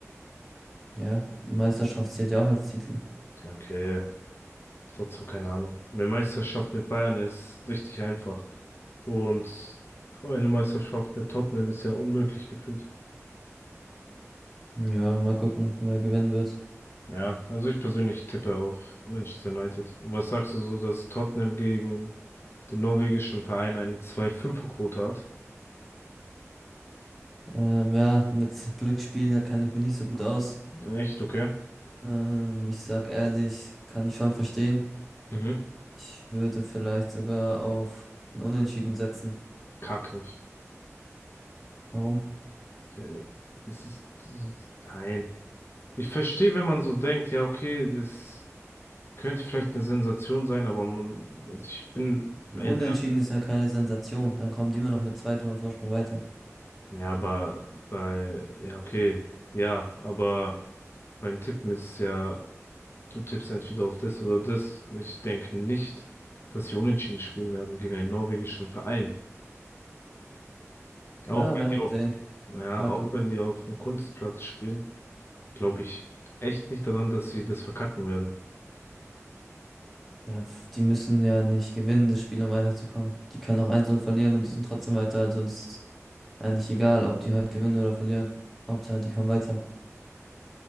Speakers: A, in the centre; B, on the left.
A: Ja, Meisterschaft zählt ja auch als Titel.
B: Ja, okay, trotzdem keine Ahnung. Eine Meisterschaft mit Bayern ist richtig einfach. Und eine Meisterschaft mit Tottenham ist ja unmöglich gefühlt.
A: Ja, mal gucken, wer gewinnen wird.
B: Ja, also ich persönlich tippe auf Manchester United. Und was sagst du so, dass Tottenham gegen den norwegischen Verein eine 2-5er-Quote hat?
A: Ähm, ja, mit Glücksspiel, da kann ich mich nicht so gut aus.
B: Echt, okay.
A: Ähm, ich sag ehrlich, kann ich schon verstehen.
B: Mhm.
A: Ich würde vielleicht sogar auf ein Unentschieden setzen.
B: Kack nicht.
A: Warum?
B: Äh, Es ist, es ist- nein. Ich verstehe, wenn man so denkt, ja, okay, das könnte vielleicht eine Sensation sein, aber man, also ich bin
A: Ein
B: ein,
A: Unentschieden ist ja keine Sensation. Dann kommen die immer noch mit zwei Toren Vorsprung weiter.
B: ja, aber bei, ja, okay, ja, aber beim Tippen ist es ja, du tippst entweder auf das oder das und ich denke nicht, dass sie unentschieden spielen werden gegen einen norwegischen Verein. Auch
A: Ja,
B: wenn
A: werden
B: die auf,
A: wir sehen.
B: ja,
A: Mal
B: auch
A: gucken.
B: wenn die auf dem Kunstplatz spielen. glaube ich echt nicht daran, dass sie das verkacken werden.
A: Ja, pf, die müssen ja nicht gewinnen, das Spiel, um weiterzukommen. Die können auch 1-0 verlieren und die sind trotzdem weiter. Also es ist eigentlich egal, ob die heute gewinnen oder verlieren. Hauptsache, die kommen weiter.